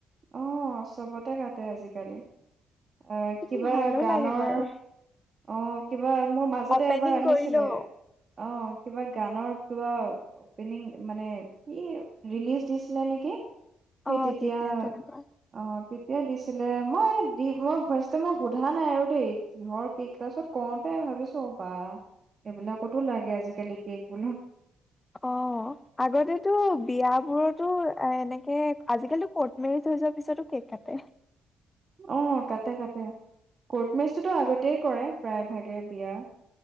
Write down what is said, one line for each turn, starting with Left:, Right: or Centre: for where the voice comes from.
Right: অ' চবতে কাটে আজিকালি। অ'
Left: কিন্তু
Right: কিবা
Left: ভালো
Right: গানৰ
Left: লাগে বাৰু
Right: অ' কিবা মোৰ মাজতে
Left: অপেনিং
Right: এবাৰ আহিছিলে।
Left: কৰিলেও
Right: অ' কিবা গানৰ কিবা অপেনিং মানে কি ৰিলিজ দিছিলে নেকি? সেই
Left: অ
Right: তেতিয়া
Left: তেনেকুৱা
Right: অ' তেতিয়া দিছিলে। মই দি- মই ফাৰ্ষ্টে মই সোধা নাই আৰু দেই, কিহৰ কেক। তাৰছত কওঁতে ভাবিছোঁ বাহ এইবিলাকতো লাগে আজিকালি কেক বোলো।
Left: অ' আগতেতো বিয়াবোৰতো এনে কেক আজিকালি কৰ্ট মেৰিজ হৈ যোৱাৰ পিছতো কেক কাটে।
Right: অ' কাটে - কাটে। কৰ্ট মেৰিজটোতো আগতেই কৰে, প্ৰায় ভাগে বিয়া।